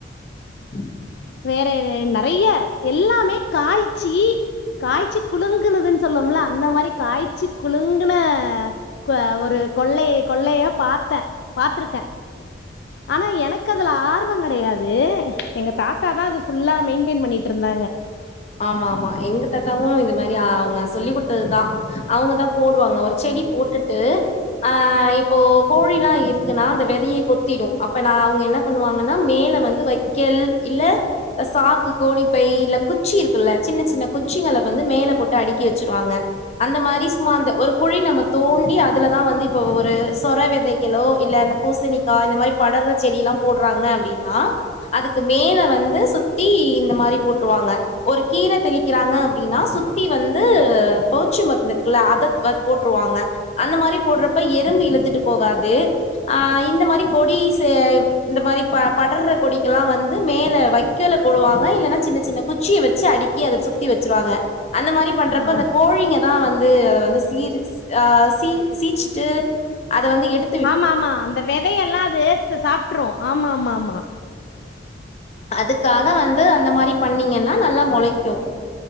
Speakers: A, on the left; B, on the left.
A: <inaudible>
B: வேற என நறைய எல்லாமே காய்ச்சி காய்ச்சி குலுங்குனது சொல்லோம்ல அந்த மாரி காய்ச்சு குலுங்குன க ஒரு கொள்ளை கொள்ளைய பாத்த பாத்துருக்க ஆனா எனக்கு அதுல ஆர்வங் கெடையாது எங்க தாத் தா தா அது ஃபுல்லா மெயின்டென் பண்ணிட்ருந்தாங்க
A: ஆமா ஆமா எங்க தாத்தாவு இது மாரி அவங்க சொல்லி குடுத்தது தா அவங்க தா போடுவாங்க ஒரு செடி போட்டுட்டு ஆ இ ப்போ கோழிலா இருக்குனா அந்த வெதைய கொத்திடூ அப்போனா அவங்க என்ன பண்ணுவாங்கன்னா மேலே வந்து வெக்கல் இல்ல ஒ சாக்கு கோணி பை இல்ல குச் சி இருக்குல்ல சின்ன சின்ன குச்சிங்கள வந்து மேல போட்டு அடுக்கி வச்சிருவாங்க அந்த மாரி சும்மா அந்த ஒரு குழி நமக் தோண்டி அதுலதா வந்து இப்போ ஒரு சொர வெதைகளோ இல்ல இந்த பூசணிக்கா இந்த மாரி படர்ற செடி எல்லா போடுறாங்க அப்டின் னா அதுக்கு மேல வந்து சுத்தி இந்த மாரி போட்டுருவாங்க ஒரு கீர தெளிக்கிறாங்க அப்டின்னா சுத்தி வந்து போச்சி மருந்துருக்குல அதக் வது போட்டுருவாங்க அந்த மாரி போட்றப்ப எறும்பு இழுத்துட்டு போகாது அ இந்த மாரி கொடிஸ்சு இந்த மாரி ப படர்ற கொடி க்கெல்லா வந்து மேல வைக்கோல போடுவாங்க இல்லன்னா சின்ன சின்ன குச் குச்சிய வச்சு அடுக்கி அத சுத்தி வச்சுருவாங்க அந்த மாரி பண்றப்ப
B: ஆ
A: அந்த கோழிங்க தா வந்து அத வந்து சீரு அ சீ சீச்சிட்டு அத வந்து எடுத்
B: ஆமா ஆமா அந்த வெதையெல்லா அது எடுத்து சாப்ட்டுரு ஆமா ஆமா ஆமா
A: அதுக்காக வந்து அந்த மாரி பண்ணீங்கன்னா நல்லா மொளைக்கு